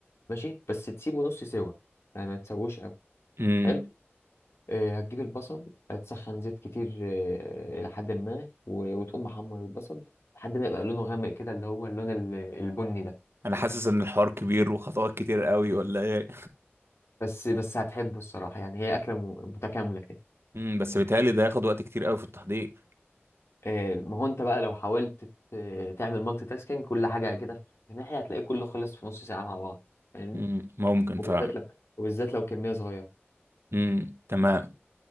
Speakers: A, on the left; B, on the right.
A: ماشي بس تسيبه نص سوا يعني ما تسويش قوي
B: مم.
A: حلو آه، هتجيب البصل هتسخن زيت كتير آه، الى حد ما و- وتقوم محمر البصل لحد ما يبقى لونه غامق كده اللي هو اللون ال- البني ده
B: انا حاسس ان الحوار كبير وخطوات كتير قوي ولا ايه
A: بس بس هتحبه الصراحه يعني هي اكله م- متكامله كده
B: امم بس بيتهيألي ده ياخد وقت كتير قوي في التحضير
A: آه، ما هو انت بقى لو حاولت ت- تعمل مالتي تاسكينج كل حاجه كده في ناحيه هتلاقي كله خلص في نص ساعه مع بعض فاهمني
B: امم ممكن
A: وبالذات
B: فعلا
A: لو وبالذات لو كميه صغيره
B: امم تمام